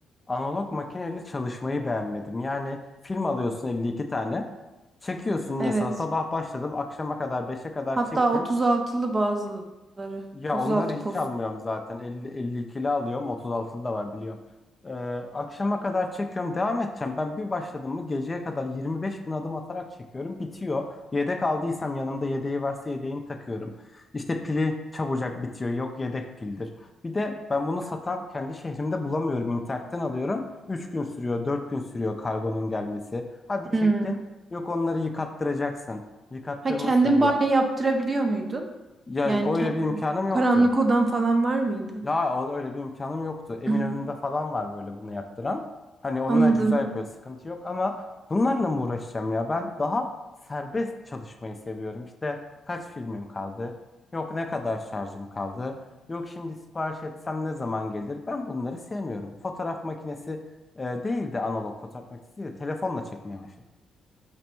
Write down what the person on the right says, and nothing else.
Evet.
Hatta
36'lı bazıları.
36
poz.
Hı.
Ha kendin
banyo yaptırabiliyor muydun?
Yani
kend-
karanlık odan falan var mıydı?
Hı.
Anladım.